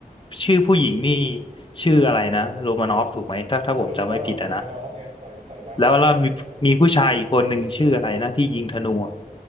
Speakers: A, on the left; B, on the right.
A: ชื่อผู้หญิงนี่ชื่ออะไรนะโรมานอฟถูกไหมถ้าถ้าผมจำไม่ผิดอะนะ
B: ถูกต้องโรมานอฟไงสายสายลับเออเออ
A: แล้วแล้วมีมีผู้ชายอีกคนหนึ่งชื่ออะไรนะที่ยิงธนูอะ